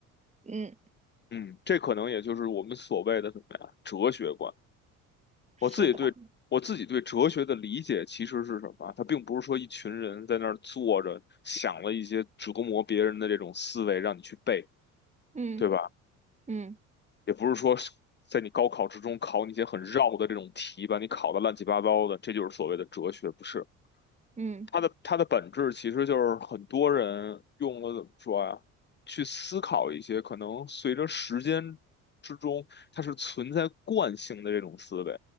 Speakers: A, on the right; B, on the left.
A: 嗯
B: 嗯，这可能也就是我们所谓的怎么样，哲学观。
A: 是的。
B: 我自己对我自己对哲学的理解其实是什么啊？它并不是说一群人在那儿坐着想了一些折磨别人的这种思维让你去背，
A: 嗯
B: 对吧？
A: 嗯
B: 也不是说是在你高考之中考你一些很绕的这种题，把你考得乱七八糟的，这就是所谓的哲学，不是？
A: 嗯，
B: 它的它的本质其实就是很多人用了怎么说呀，去思考一些可能随着时间之中，它是存在惯性的这种思维，